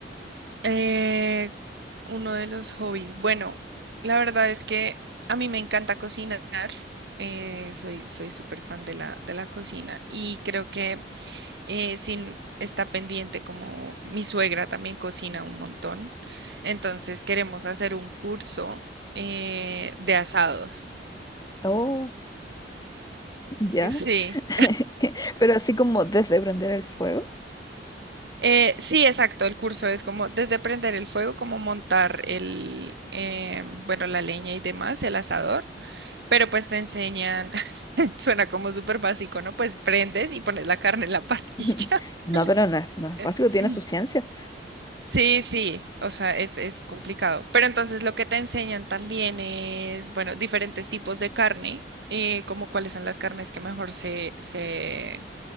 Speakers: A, on the right; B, on the left.
A: Eh, uno de los hobbies. Bueno, la verdad es que a mí me encanta cocinar. Eh, soy, soy súper fan de la, de la cocina y creo que eh, sin, está pendiente como mi suegra también cocina un montón. Entonces queremos hacer un curso eh, de asados.
B: Oh, ya.
A: Sí.
B: <laughs> Pero así como desde prender el fuego.
A: Eh, sí, exacto. El curso es como desde prender el fuego, como montar el, eh, bueno, la leña y demás, el asador. Pero pues te enseñan, <laughs> suena como súper básico, ¿no? Pues prendes y pones la carne en la <laughs> parrilla.
B: <laughs> No, pero no es, no es
A: <clears throat>
B: básico, tiene su ciencia.
A: Sí, sí, o sea, es, es complicado. Pero entonces lo que te enseñan también es, bueno, diferentes tipos de carne, eh, como cuáles son las carnes que mejor se, se,